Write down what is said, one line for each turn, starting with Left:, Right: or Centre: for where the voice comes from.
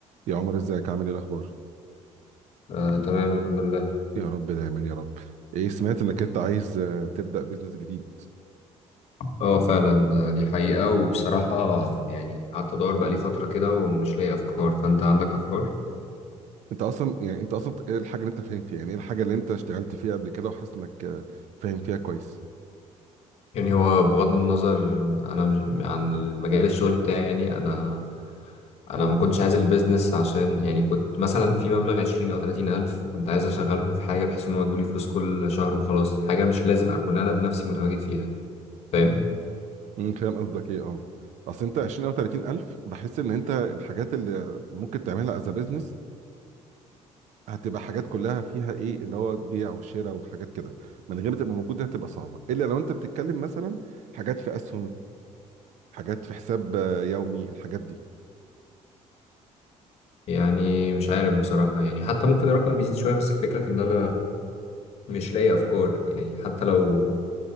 Right: يا عمر ازيك عامل ايه الاخبار
Left: آه، تمام الحمد لله
Right: يا رب دايما يا رب ايه سمعت انك انت عايز آه، تبدا بزنس جديد
Left: اه فعلا آه، دي حقيقة وبصراحة آه، يعني قعدت ادور بقالي فترة كده ومش لاقي افكار فانت عندك افكار
Right: انت اصلا يعني انت اصلا ايه الحاجه اللي انت فاهم فيها يعني ايه الحاجه اللي انت اشتغلت فيها قبل كده وحاسس انك آه، فاهم فيها كويس
Left: يعني هو بغض النظر آه، انا مش عن مجال الشغل بتاعي يعني انا انا ما كنتش عايز البيزنس عشان يعني كنت مثلا في مبلغ عشرين او تلاتين الف وكنت عايز اشغلهم في حاجة بحيث ان هو يجيلي فلوس كل شهر وخلاص حاجة مش لازم اكون انا بنفسي متواجد فيها فاهم
Right: امم فاهم قصدك ايه اه اصل انت 20 او 30 الف بحس ان انت الحاجات اللي ممكن تعملها از بزنس هتبقى حاجات كلها فيها ايه اللي هو بيع وشراء وحاجات كده من غير ما تبقى موجوده هتبقى صعبه الا لو انت بتتكلم مثلا حاجات في اسهم حاجات في حساب آه، يومي الحاجات دي
Left: يعني مش عارف بصراحة يعني حتى ممكن الرقم يزيد شوية بس الفكرة في ان انا مش لاقي افكار يعني حتى لو